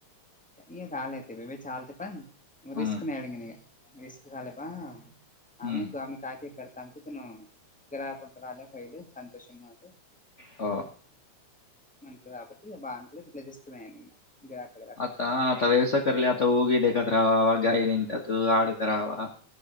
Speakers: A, in the centre; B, on the left.
A: तीच आले ते बे बी चालते पण. मग रिस्क
B: हम्म
A: मिळाली की नाही? रिस्क झाले पहा
B: हम्म
A: आम्ही ग काय काय कर चप त ना ग्रहपड रले फैल संतोषम मात <unintelligible>
B: हो
A: म्हंटला काबट या बावंपला तिले तेस नाही अला <unintelligible>
B: आता आता व्यवसाय कली आता हगी दे एकत्रवावा गाई निंंतात आडक रावा